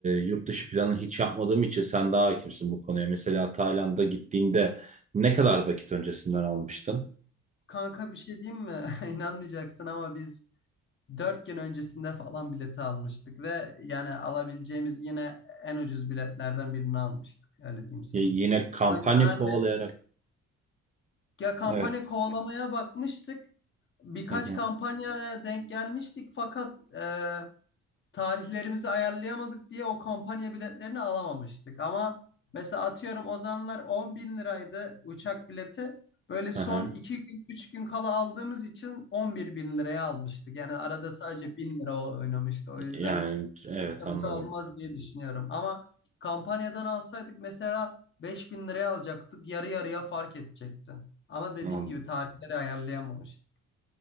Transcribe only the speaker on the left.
Kanka bir şey diyeyim mi? <laughs> İnanmayacaksın ama biz Dört gün öncesinde falan bileti almıştık ve yani alabileceğimiz yine en ucuz biletlerden birini almıştık. Öyle diyeyim sana.
O yüzden hani
ya kampanya
kovalamaya bakmıştık. Birkaç
kampanyaya denk gelmiştik fakat e, tarihlerimizi ayarlayamadık diye o kampanya biletlerini alamamıştık. Ama mesela atıyorum o zamanlar 10 bin liraydı uçak bileti. Böyle son
2 gün 3 gün kala aldığımız için 11 bin liraya almıştık. Yani arada sadece 1000 lira o- oynamıştı. O yüzden
sıkıntı
olmaz diye düşünüyorum. Ama kampanyadan alsaydık mesela 5 bin liraya alacaktık. Yarı yarıya fark edecekti. Ama dediğim
gibi tarihleri ayarlayamamıştık.